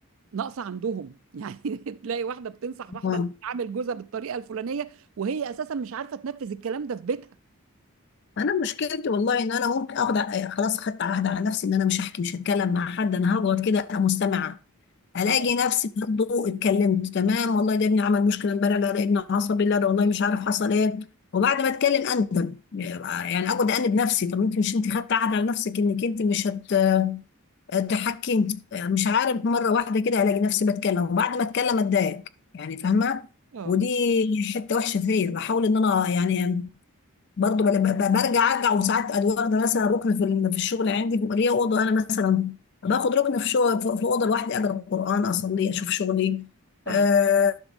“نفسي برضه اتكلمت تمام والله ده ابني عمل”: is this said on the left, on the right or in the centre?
Left